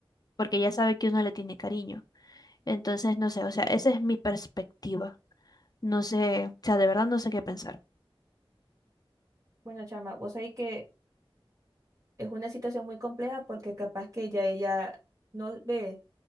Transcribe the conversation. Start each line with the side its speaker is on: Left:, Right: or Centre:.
Left: porque ella sabe que uno le tiene cariño. Entonces, no sé, o sea, esa es mi perspectiva. No sé, o sea, de verdad no sé qué pensar.
Right: Bueno, chama, vos sabés que es una situación muy compleja porque capaz que ya ella no ve